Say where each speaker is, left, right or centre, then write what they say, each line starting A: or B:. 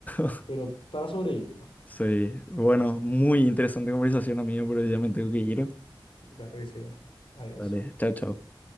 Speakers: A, on the left; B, on the left.
A: <laughs>
B: pero para sobrevivir.
A: Sí. Bueno, muy interesante conversación, amigo, pero ya me tengo que ir.
B: Claro que sí. Adiós.
A: Vale, chao, chao.